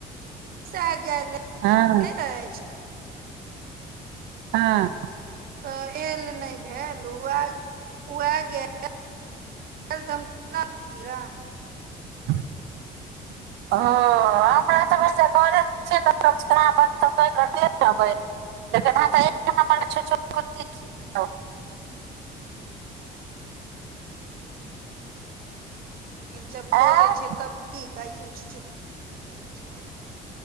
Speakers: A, on the right; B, on the right.
A: <inaudible> किया ने
B: हँ
A: नहि रहै छै
B: हँ
A: तऽ एल नहि भेल उहाए उहाए गेल तऽ <unintelligible> हम केना
B: ओ हमरा तऽ भेल घरे मे छियै <unintelligible>
A: हूँ जब
B: आँय
A: धो दै छियै तब नीक ऐसन छु-छु अच्छा